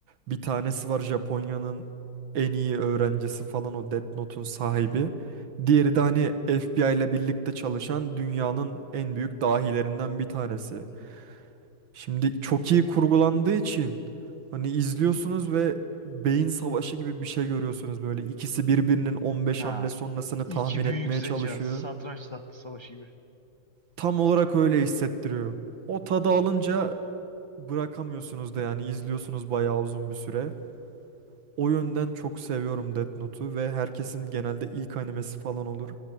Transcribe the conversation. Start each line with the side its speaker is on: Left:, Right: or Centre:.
Right: bir tanesi var Japonya'nın en iyi öğrencisi falan o Death Note'un sahibi. Diğeri de hani FBI ile birlikte çalışan dünyanın en büyük dahilerinden bir tanesi.
Left: Hmm. hmm.
Right: Şimdi çok iyi kurgulandığı için hani izliyorsunuz ve beyin savaşı gibi bir şey görüyorsunuz böyle. İkisi birbirinin 15
Left: Ha,
Right: hamle sonrasını
Left: i- iki
Right: tahmin
Left: büyük
Right: etmeye
Left: zeka.
Right: çalışıyor.
Left: Satranç tahta savaşı gibi.
Right: Tam olarak öyle hissettiriyor. O tadı alınca bırakamıyorsunuz da yani izliyorsunuz bayağı uzun bir süre. O yönden çok seviyorum Death Note'u ve herkesin genelde ilk animesi falan olur.